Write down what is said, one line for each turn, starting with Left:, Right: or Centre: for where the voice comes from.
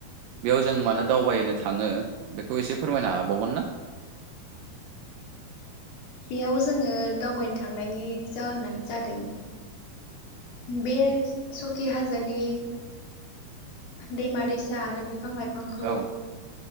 Right: बेयाव जों मानो दावबायनो थाङो बेखौ एसे फोरमायनो हाबावगोन ना?
Left: बेयाव जोङो दावबायनो थांनायनि जाहोनानो जादों बे सकि हाजोनि दैमा दैसा आरो बिफां लाइ फांखौ
Right: औ